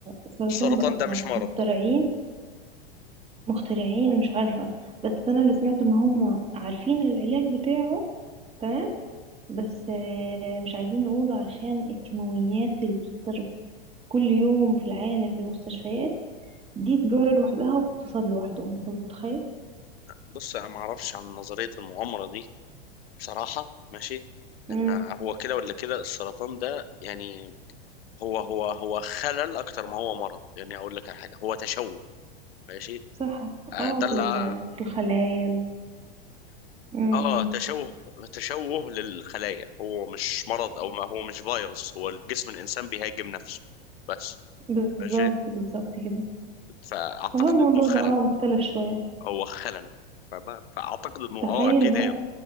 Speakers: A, on the right (about 20°); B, on the left (about 75°).
A: السرطان
B: السرطان
A: ده اصلا
B: ده مش مرض
A: مخترعين
B: طبعا
A: مخترعين مش عارفة بس انا اللي سمعته ان هم عارفين العلاج بتاعه تمام بس آه، مش عايزين نقوله عشان الكيماويات اللي بتصرف كل يوم في العالم في المستشفيات دي تجارة لوحدها واقتصاد لوحده انت متخيل
B: بص انا ما اعرفش عن نظريه المؤامره دي بصراحة ماشي لأن
A: امم
B: هو كده ولا كده السرطان ده يعني هو هو هو خلل أكتر ما هو مرض يعني أقول لك على حاجة هو تشوه ماشي
A: صح
B: آه،
A: اه
B: ده اللي
A: في ال-
B: آه
A: في الخلايا امم
B: آه، تشوه تشوه للخلايا هو مش مرض أو ما هو مش فيروس هو الجسم الإنسان بيهاجم نفسه بس
A: بالظبط
B: ماشي
A: بالظبط كده
B: فأعتقد
A: فهو الموضوع
B: إنه خلل
A: ده اه مختلف شوية
B: هو خلل فما- فأعتقد إنه آه
A: تخيل
B: أكيد
A: بقى